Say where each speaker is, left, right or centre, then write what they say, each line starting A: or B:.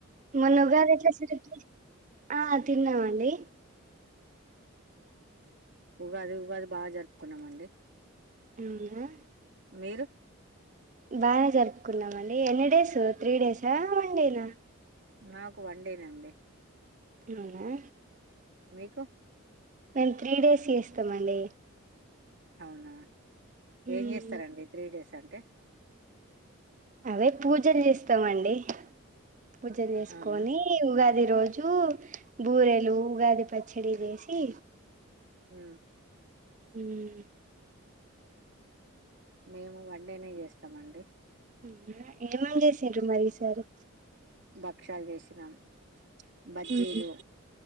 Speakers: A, on the right; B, on the right.
A: మొన్న ఉగాది ఎట్లా జేసిరు ఆ తిన్నామండి
B: ఉగాది ఉగాది బాగా జరుపుకున్నామండి
A: అవునా
B: మీరు
A: బాగా జర్ కున్నామండి ఎన్ని డేస్ త్రీ డేసా వన్డేనా
B: నాకు వన్ డేనండి
A: అవునా
B: మీకు
A: మేము త్రీ డేస్ చేస్తమండి
B: అవునా
A: ఉమ్
B: ఏం జేస్తరండి త్రీ డేస్ అంటే
A: అవే పూజలు చేస్తామండి పూజలు జేసుకొని
B: అవునా
A: ఉగాది రోజు జు బూరెలు ఉగాది పచ్చడి చేసి
B: హ్మ్
A: ఉమ్
B: మేము వన్డేనే జేస్తాం అండి
A: అవునా ఏమని చేసిండ్రు మరి ఈసారి
B: భక్ష్యాలు జేసినాం బజ్జీలు
A: ఉహు